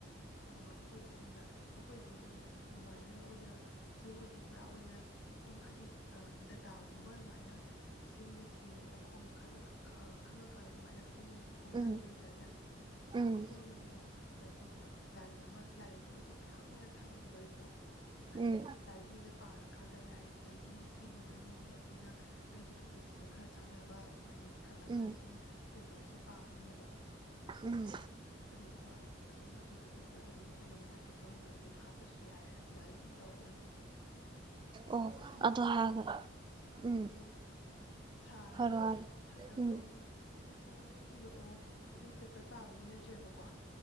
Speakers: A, on the left; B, on the right.
A: ꯑ ꯍꯣꯏꯆꯦ ꯅ ꯑꯩꯈꯣꯏꯒꯤꯗꯤ ꯑꯗꯨꯝ ꯑꯗꯨꯃꯥꯏꯅ ꯑꯣꯏꯅ ꯏꯆꯦꯍꯣꯏꯗꯤ ꯄꯨꯔꯥ ꯑꯣꯏꯅ ꯑꯗꯨꯝ ꯍꯥꯏꯗꯤ ꯗꯇꯥꯒꯨꯝꯕ ꯑꯗꯨꯃꯥꯏꯅ ꯏꯆꯦ ꯍꯣꯏꯅ ꯊꯤꯔꯒ ꯈꯣꯡꯈꯠꯂꯒ ꯈꯈꯪꯉꯀꯥꯟꯗ ꯑꯗꯨꯃꯥꯏꯅ ꯐꯣꯡꯖ ꯐꯣꯡꯖꯗꯨꯏ
B: ꯎꯝ
A: ꯅꯠꯇ꯭ꯔꯅꯦ
B: ꯎꯝ
A: ꯑꯩꯈꯣꯏꯅ ꯑꯃꯨꯛ ꯀꯩꯅꯣꯇꯧꯗꯣꯏꯕ ꯂꯥꯏꯔꯤꯛ ꯑꯃ ꯂꯥꯏꯔꯤꯛꯀꯨꯝꯕ ꯑꯗꯨꯝ ꯃꯌꯥꯝ ꯑꯣꯏꯅ ꯊꯝꯕꯩꯗꯣ
B: ꯎꯝ
A: ꯍꯥꯏꯗꯤ ꯂꯥꯏꯔꯤꯛꯉꯩꯁꯦ ꯄꯥꯔꯀꯥꯟꯗ ꯂꯥꯏꯔꯤꯛꯇꯒꯤ ꯁꯤꯒꯤ ꯃꯅꯨꯡꯗꯒꯤ ꯑꯩꯈꯣꯏꯅ ꯑꯩꯒꯤ ꯇꯣꯄꯤꯛꯁꯤꯒ ꯈꯔ ꯆꯥꯟꯅꯕ ꯏꯈꯠꯂꯀꯥꯟꯗ
B: ꯎꯝ
A: ꯑꯗꯨꯝ ꯄꯦꯄꯔꯁꯦ ꯄꯥꯗꯣꯏꯅꯦꯕ
B: ꯎꯝ ꯎꯝ
A: ꯑꯗꯨꯗꯨꯒ ꯑꯗꯨꯝ ꯑꯗꯨꯗꯨ ꯄꯦꯄꯔꯗꯨ ꯑꯗꯨꯝ ꯑꯩꯈꯣꯏꯅ ꯑꯃꯨꯛ ꯑꯥꯔꯇꯤꯀꯜ ꯑꯣꯏꯅ ꯑꯗꯨꯝ ꯍꯥꯞꯄ ꯑꯗꯨꯁꯨ ꯌꯥꯔꯦ ꯑꯗꯨꯃꯥꯏꯅ ꯑꯗꯨꯝ ꯇꯧꯔꯅꯤ ꯑꯩ
B: ꯑꯣ
A: ꯑꯩꯈꯣꯏ ꯁꯥꯔꯅ
B: ꯑꯗꯨ ꯍꯥꯏꯔꯒ ꯎꯝ
A: ꯑꯥ ꯁꯥꯔꯅ
B: ꯍꯥꯏꯔꯣ ꯍꯥꯏꯔꯣ
A: ꯍꯟꯗꯛꯇꯣ
B: ꯎꯝ
A: ꯑꯃ ꯄꯦꯄꯔ ꯑꯃ ꯏꯔꯛꯑꯣ ꯑꯗꯨꯝ ꯄꯦꯄꯔ ꯄꯥꯕꯒꯤ ꯅꯠꯇ꯭ꯔꯦꯕꯀꯣ